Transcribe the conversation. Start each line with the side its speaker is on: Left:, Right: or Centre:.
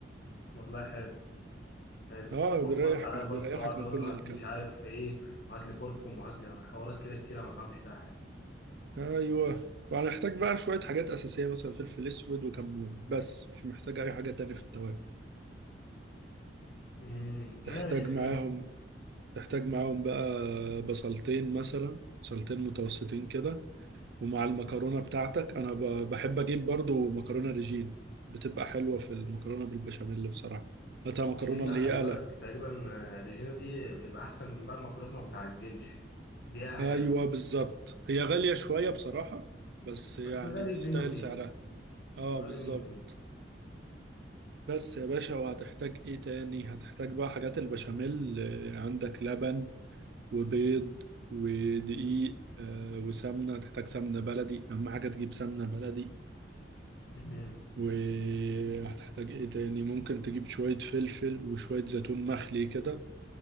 Left: والله حلو حلو
Right: اه
Left: وفرت
Right: بيريح
Left: عليا
Right: بيريحك
Left: برضه أقعد
Right: من
Left: أقول
Right: كل
Left: له هات
Right: الكلام
Left: لي مش عارف
Right: ده
Left: إيه وهات لي كركم وهات لي حوارات كده كتير أنا ما بفهمش فيها حاجة
Right: ايوه وهنحتاج بقى شويه حاجات اساسيه مثلا فلفل اسود وكمون بس مش محتاج اي حاجه تاني في التوابل
Left: امم
Right: تحتاج
Left: ماشي
Right: معاهم
Left: حلو
Right: تحتاج معاهم بقى بصلتين مثلا بصلتين متوسطين كده ومع المكرونه بتاعتك انا ب- بحب اجيب برضو مكرونه ريجينا بتبقى حلوه في المكرونه بالبشاميل بصراحه هاتها مكرونه
Left: ريجينا
Right: اللي
Left: خلي
Right: هي قلم
Left: بالك تقريبا آه، ريجينا دي بيبقى احسن من بقى المكرونات ما بتعجنش دقيقها حلو
Right: ايوه بالظبط هي غالية شوية بصراحة بس يعني
Left: بس الغالي
Right: تستاهل
Left: منه فيه
Right: سعرها اه
Left: الغالي
Right: بالظبط
Left: منه فيه
Right: بس يا باشا وهتحتاج ايه تاني هتحتاج بقى حاجات البشاميل آه، عندك لبن وبيض ودقيق آه، وسمنة هتحتاج سمنة بلدي اهم حاجة تجيب سمنة بلدي
Left: مهم.
Right: وهتحتاج ايه تاني ممكن تجيب شوية فلفل وشوية زيتون مخلي كده